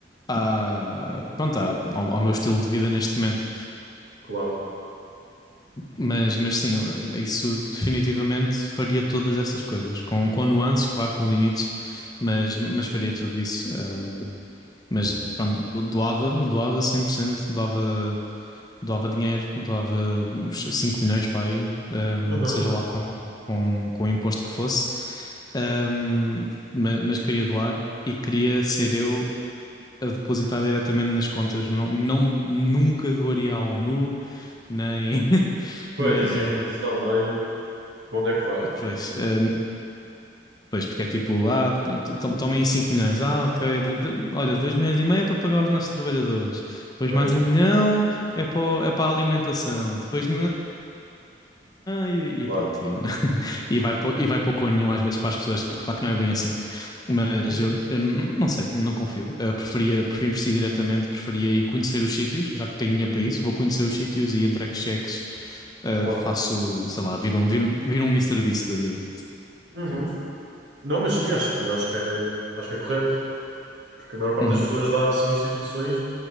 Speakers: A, on the left; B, on the right.
A: à, pronto, à- ao, ao meu estilo de vida neste momento.
B: claro.
A: Mas, mas sim, isso definitivamente faria todas essas coisas, com, com nuances, claro, com limites, mas, mas faria tudo isso. Ahm, mas pronto, do- doava, doava cem por cento doava, doava dinheiro, doava uns 5 milhões para aí, ahm,
B: Uhum,
A: seja lá com, com, com o imposto que fosse. Ahm, ma- mas, queria doar e queria ser eu a depositar diretamente nas contas. Não, não, nunca doaria à ONU, nem. <laughs>
B: Pois,
A: nem,
B: isso
A: a
B: aí nunca se sabe bem para onde é que vai.
A: Pois, eh, pois, porque é tipo, ah, to- to- tomem 5 milhões, ah, ok, de- de- olha, 2 milhões e meio é para pagar os nossos trabalhadores, depois
B: Pois,
A: mais um milhão é para, o- é para a alimentação, depois e,
B: claro,
A: e pronto, e, <laughs> e vai para, e vai para nenhum às vezes para as pessoas, claro que não é bem assim, mas
B: Uhum.
A: eu, eu n- não sei, não confio, Eh, preferia, preferia investir diretamente, preferia ir conhecer os sítios, já que tenho dinheiro para isso, vou conhecer os sítios e entrego cheques, eh,
B: claro.
A: faço, sei lá, viro um, viro, viro um MrBeast da vida.
B: Uhum. Não, mas sim, acho que, acho que é, acho que é correto, porque a maior parte
A: Uhum.
B: das pessoas dá assim instituições